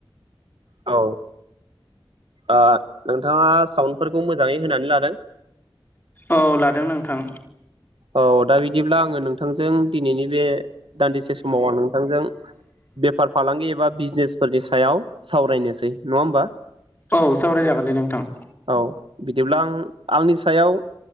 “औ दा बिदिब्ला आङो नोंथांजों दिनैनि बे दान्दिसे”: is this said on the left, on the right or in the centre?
Right